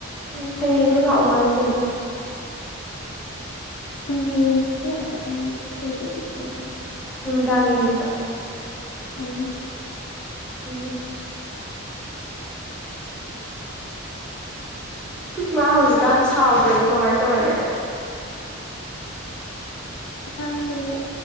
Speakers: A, in the centre; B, on the left (about 80°).
A: ꯎꯝ ꯍꯌꯦꯡꯁꯨ ꯂꯥꯛꯑꯣ ꯍꯥꯏꯌꯨ ꯀꯩꯅꯣ
B: ꯎꯝ ꯍꯌꯦꯡ ꯂꯥꯛꯀꯅꯤꯌꯦ ꯁꯣꯏꯖꯕꯤ
A: ꯎꯝ ꯅꯨꯃꯤꯗꯥꯡ ꯌꯦꯡꯕꯤꯗꯣ
B: ꯎꯝ
A: ꯎꯝ ꯃꯥ ꯍꯧꯖꯤꯛꯀꯥꯟ ꯁꯥꯎꯗ꯭ꯔꯕꯣ ꯀꯃꯥꯏ ꯇꯧꯔꯒꯦ
B: ꯃꯥꯁꯦ